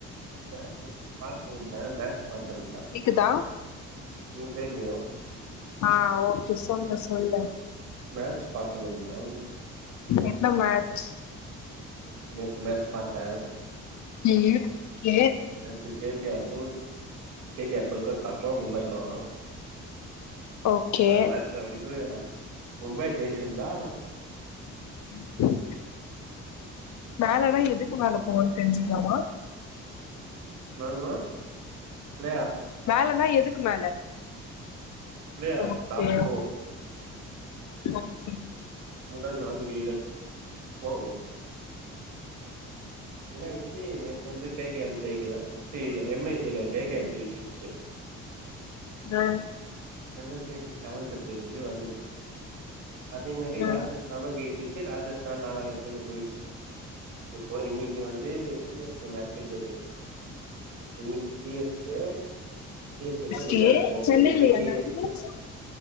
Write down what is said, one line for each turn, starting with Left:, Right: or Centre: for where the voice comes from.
Right: மேக்ஸ் எல்லும் பாத்திங்ளே மேக்ஸ் பாத்தன்னா
Left: கேக்குதா
Right: ம் கேக்குலியா
Left: ஆ ஓகே சொல்லு சொல்லு
Right: மேட்ச் பார்த்ததுண்டா
Left: என்ன மேட்ச்
Right: நேத்து மேட்ச் பாத்தே
Left: ம் ம் கே
Right: நேத்து கே கே ஆர் கும் கே கே ஆர் கொல்கத்தாக்கு மும்பைக்கு
Left: ஓகே
Right: அ மேட்ச்ல வந்து மும்பை ஜெய்ச்சிந்தா
Left: ம் மேலனா எதுக்கு மேல போவன் தெரிஞ்சிக்லாமா
Right: மாமா லேயா
Left: மேலனா எதுக்கு மேல
Right: play off
Left: okay
Right: top four
Left: okay
Right: முடல் நான்கு இடம் போ என்னாய்ச்சி நேத்து வந்து கே கே ஆர் ஜெயிக்கில சி எம் ஐ ஜெயிக்கல கே கே ஆர் ஜெயிசிச்சு
Left: ஆ
Right: நல்ல சி எஸ் கே செவன்த்து பிளேஸுகு வந்துச்சு அதே மாரி
Left: ஆ
Right: ராஜஸ் தானா ஜெயிச்சிட்டு ராஜஸ்தான் நாலாவது எட்த்துக்கு போயிட்ச்சி இப்போ இன்னைக் கே வந்து சி எஸ் கே மேட்ச் இருந்தது இன்னைக்கு C S K C S கேகு குஜராத்துகு
Left: கே சென்னைலயா
Right: இன்னைக்கே சி
Left: நடக்குது
Right: எஸ் கே